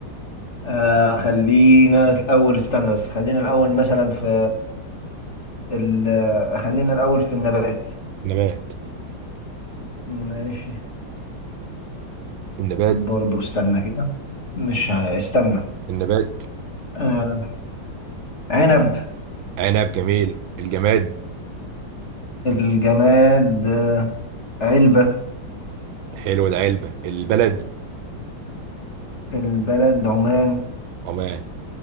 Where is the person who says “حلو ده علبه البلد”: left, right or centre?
Right